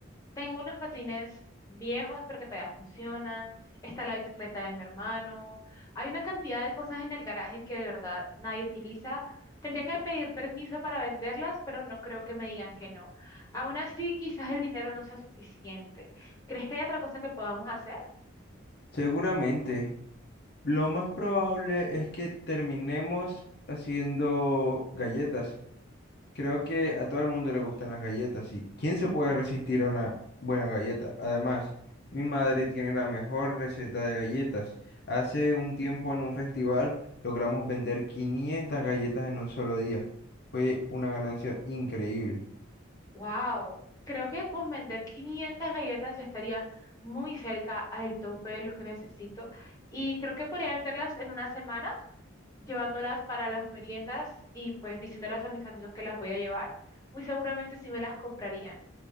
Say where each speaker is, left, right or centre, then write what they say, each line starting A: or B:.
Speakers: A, on the left (about 15°); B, on the left (about 50°).
A: tengo unos patines viejos, pero que todavía funcionan. Está la bicicleta de mi hermano. Hay una cantidad de cosas en el garaje que de verdad nadie utiliza. Tendría que pedir permiso para venderlas, pero no creo que me digan que no. Aún así, quizás el dinero no sea suficiente. ¿Crees que hay otra cosa que podamos hacer?
B: Seguramente, lo más probable es que terminemos haciendo galletas. Creo que a todo el mundo le gustan las galletas, y ¿Quién se puede resistir a una buena galleta? Además, mi madre tiene la mejor receta de galletas. Hace un tiempo en un festival logramos vender 500 galletas en un solo día. Fue una ganancia increíble.
A: Wow, creo que con vender 500 galletas ya estaría muy cerca al tope de lo que necesito y creo que podría venderlas en una semana, llevándolas para las meriendas y pues diciéndolas a mis amigos que las voy a llevar. Muy seguramente sí me las comprarían.